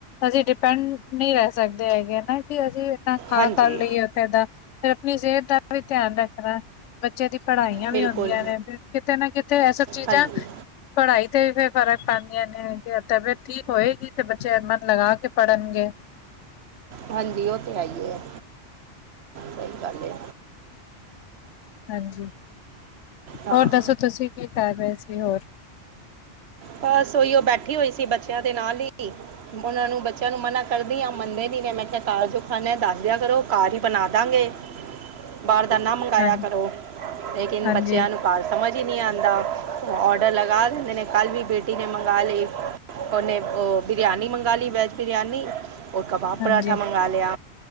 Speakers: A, on the left (about 85°); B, on the right (about 65°).
A: ਹਜੇ ਡਿਪੈਂਡ ਨਹੀਂ ਰਹਿ ਸਕਦੇ ਹੈਗੇ ਨਾ ਕਿ ਅਸੀਂ ਆਪ ਖਾ
B: ਹਾਂਜੀ
A: ਕਰ ਲਈਏ ਉੱਥੇ ਦਾ ਫਿਰ ਆਪਣੀ ਸਿਹਤ ਦਾ ਵੀ ਧਿਆਨ ਰੱਖਣਾ ਬੱਚੇ ਦੀ ਪੜ੍ਹਾਈਆਂ ਵੀ
B: ਬਿਲਕੁਲ
A: ਹੁੰਦੀਆਂ ਨੇ ਕਿਤੇ ਨਾ ਕਿਤੇ ਇਹ ਸਭ ਚੀਜ਼ਾਂ
B: ਹਾਂਜੀ
A: ਪੜ੍ਹਾਈ ਤੇ ਵੀ ਫੇਰ ਫਰਕ ਪੈਂਦਾ ਤਬੀਅਤ ਠੀਕ ਹੋਏਗੀ ਤੇ ਬੱਚੇ ਮਨ ਲਗਾ ਕੇ ਪੜ੍ਹਨਗੇ।
B: ਹਾਂਜੀ ਉਹ ਤੇ ਹੈਈਏ ਆ ਸਹੀ ਗੱਲ ਏ।
A: ਹਾਂਜੀ
B: ਹਾਂ
A: ਹੋਰ ਦੱਸੋ ਤੁਸੀਂ ਕੀ ਕਰ ਰਹੇ ਸੀ ਹੋਰ
B: ਬਸ ਉਹੀ ਉਹ ਬੈਠੀ ਹੋਈ ਸੀ ਬੱਚਿਆਂ ਦੇ ਨਾਲ ਹੀ ਉਹਨਾਂ ਨੂੰ ਬੱਚਿਆਂ ਨੂੰ ਮਨਾ ਕਰਦੀ ਆ ਮੰਨਦੇ ਨੀ ਨੇ ਮੈਂ ਕਿਹਾ ਘਰ ਜੋ ਖਾਨਾ ਦੱਸਦਿਆਂ ਕਰੋ ਘਰ ਹੀ ਬਣਾ ਦਾਂਗੇ ਬਾਹਰ ਦਾ ਨਾ ਮੰਗਾਇਆ
A: ਹਾਂ
B: ਕਰੋ ਲੇਕਿਨ
A: ਹਾਂਜੀ
B: ਬੱਚਿਆਂ ਨੂੰ ਘਰ ਸਮਝ ਹੀ ਨਹੀ ਆਉਂਦਾ ਔਡਰ ਲਗਾ ਦਿੰਦੇ ਨੇ ਕੱਲ ਵੀ ਬੇਟੀ ਨੇ ਮੰਗਾ ਲਈ ਓਨੇ ਉਹ ਬਰਿਆਨੀ ਮੰਗਵਾ ਲਈ ਵੈਜ ਬਰਿਆਨੀ ਉਹ ਕਬਾਬ
A: ਹਾਂਜੀ
B: ਪਰਾਂਠਾ ਮੰਗਵਾ ਲਿਆ